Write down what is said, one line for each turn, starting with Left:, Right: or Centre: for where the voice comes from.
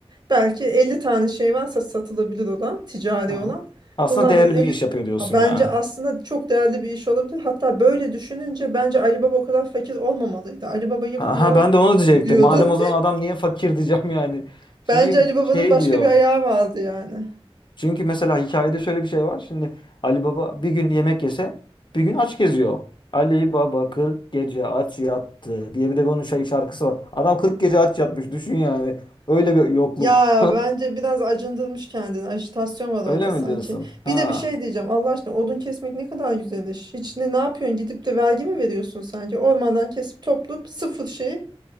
Right: Belki 50 tane şey varsa satılabilir olan, ticari
Left: Aha.
Right: olan.
Left: Aslında
Right: Bunlardan
Left: değerli
Right: en-
Left: bir iş yapıyor diyorsun
Right: bence
Left: yani.
Right: aslında çok değerli bir iş olabilir. Hatta böyle düşününce bence Ali Baba o kadar fakir olmamalıydı. Ali Baba'yı
Left: Ha,
Right: kumara
Left: ha, ben de onu diyecektim.
Right: gidiyordu.
Left: Madem o zaman adam niye fakir diyeceğim yani.
Right: <laughs>
Left: Şimdi
Right: Bence Ali Baba'nın
Left: şey
Right: başka
Left: diyor.
Right: bir ayağı vardı yani.
Left: Çünkü mesela hikayede şöyle bir şey var. Şimdi Ali Baba bir gün yemek yese bir gün aç geziyor. Ali Baba 40 gece aç yattı diye bir de bunun şey şarkısı var. Adam 40 gece aç yatmış düşün yani. Öyle bir yokluk.
Right: Ya bence biraz acındırmış kendini. Ajitasyon
Left: <laughs>
Right: var
Left: Öyle
Right: orada sanki.
Left: mi diyorsun? Ha.
Right: Bir de bir şey diyeceğim. Allah aşkına odun kesmek ne kadar güzel iş. Hiç ne, ne yapıyorsun? Gidip de vergi mi veriyorsun sanki? Ormandan kesip toplayıp sıfır şey,